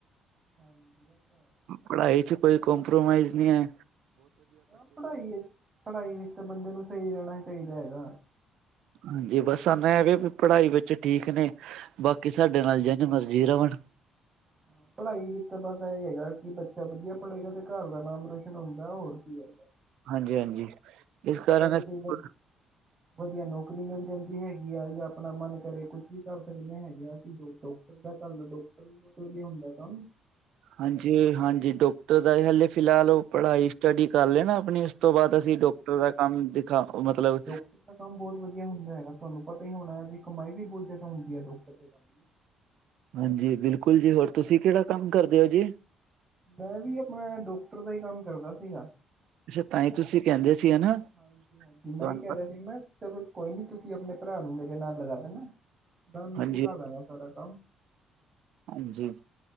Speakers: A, on the right (about 25°); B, on the right (about 70°).
A: ਹਾਂਜੀ ਆ ਤਾਂ ਐ।
B: ਪੜਾਈ ਚ ਕੋਈ ਕਪ੍ਰੋਮਾਈਜ਼ ਨਹੀਂ ਐ।
A: ਹਾਂ ਪੜਾਈ ਵਿਚ- ਪੜਾਈ ਵਿੱਚ ਤਾਂ ਬੰਦੇ ਨੂੰ ਸਹੀ ਰਹਿਣਾ ਚਾਹੀਦਾ ਹੈਗਾ।
B: ਹਾਂਜੀ ਬਸ ਸਾਨੂੰ ਇਹ ਗੈਗਾ ਕੀ ਪੜਾਈ ਵਿੱਚ ਠੀਕ ਨੇ ਬਾਕੀ ਸਾਡੇ
A: ਹਾਂ।
B: ਨਾਲ ਜਦ ਮਰਜ- ਜ਼ੀਰਾਬਣ।
A: ਹਾਂ ਪੜ੍ਹਾਈ ਵਿੱਚ ਤਾਂ ਬਸ ਇਹ ਹੈਗਾ ਕਿ ਬੱਚਾ ਵਧੀਆ ਪੜ੍ਹੇਗਾ ਤੇ ਘਰ ਦਾ ਨਾਮ ਰੋਸ਼ਨ ਹੁੰਦਾ ਹੋਰ ਕੀ ਹੈ
B: ਹਾਂਜੀ! ਹਾਂਜੀ! ਇਸ ਕਾਰਨ ਵੈਸੇ
A: ਕੋਈ ਵ ਵਧੀਆ ਨੌਕਰੀ ਮਿਲ ਜਾਂਦੀ ਹੈਗੀ ਆ ਜਾਂ ਆਪਣਾ ਮਨ ਕਰੇ ਕੁਛ ਵੀ ਕਰ ਸਕਦੇ ਹੈਗੇ ਆ ਅਸੀਂ ਜੋ ਉਦਾਂ ਕਰਲੋ ਡਾਕਟਰ ਵੀ ਬਹੁਤ ਵਧੀਆ ਹੁੰਦਾ ਕੰਮ
B: ਹਾਂਜੀ! ਹਾਂਜੀ! ਡਾਕਟਰ ਦਾ ਇਹ ਹਲੇ ਫਿਲਹਾਲ ਉਹ ਪੜ੍ਹਾਈ ਸਟੱਡੀ ਕਰ ਲੈ ਨਾ ਆਪਣੀ ਉਸ ਤੋਂ
A: ਹਾਂਜੀ
B: ਬਾਅਦ ਅਸੀਂ
A: ਹਾਂ
B: ਡੋਕਟਰ ਦਾ ਕੰਮ ਦਿਖਾ
A: ਹਾਂ
B: ਮਤਲਬ
A: ਡਾਕਟਰ ਦਾ ਕੰਮ ਬਹੁਤ ਵਧੀਆ ਹੁੰਦਾ ਹੈਗਾ ਤੁਹਾਨੂੰ ਪਤਾ ਹੀ ਹੋਣਾ ਇਹਦੀ ਕਮਾਈ ਵੀ ਬਹੁਤ ਜਿਆਦਾ ਹੁੰਦੀ ਹੈ ਡਾਕਟਰ ਦੇ ਕੰਮ ਦੀ
B: ਹਾਂਜੀ! ਬਿਲਕੁਲ ਜੀ! ਹੋਰ ਤੁਸੀਂ ਕਿਹੜਾ ਕੰਮ ਕਰਦੇ ਹੋ ਜੀ?
A: ਮੈਂ ਵੀ ਆਪਣਾ ਡਾਕਟਰ ਦਾ ਹੀ ਕੰਮ ਕਰਦਾ ਸੀਗਾ
B: ਅੱਛਾ ਤਾਂ ਹੀ ਤੁਸੀਂ ਕਹਿੰਦੇ ਸੀ ਹਨਾ
A: ਹਾਂਜੀ! ਹਾਂਜੀ! ਮੈਂ
B: ਤੁਹਾਨੂੰ
A: ਹੀ ਕਹਿ
B: ਪਤਾ
A: ਰਿਹਾ ਸੀ ਮੈਂ ਚਲੋ ਕੋਈ ਨੀ ਤੁਸੀਂ ਆਪਣੇ ਭਰਾ ਨੂੰ ਮੇਰੇ ਨਾਲ ਲਗਾ ਦੇਣਾ ਮੈਂ ਉਹਨੂੰ
B: ਹਾਂਜੀ
A: ਸਿਖਾ ਦਾਂਗਾ ਸਾਰਾ ਕੰਮ
B: ਹਾਂਜੀ!